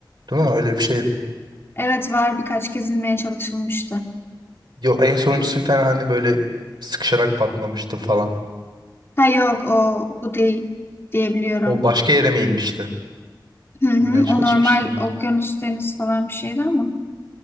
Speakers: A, on the right; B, on the left.
A: Değil mi? Öyle bir şeydi.
B: Evet var birkaç kez inmeye çalışılmıştı.
A: Yok en sonuncusu bir tane hani böyle sıkışarak patlamıştı falan.
B: Ha yok o bu değil diyebiliyorum.
A: O başka yere mi inmişti?
B: Hı hı,
A: İnmeye çalışmıştı.
B: o normal okyanus deniz falan bir şeydi ama.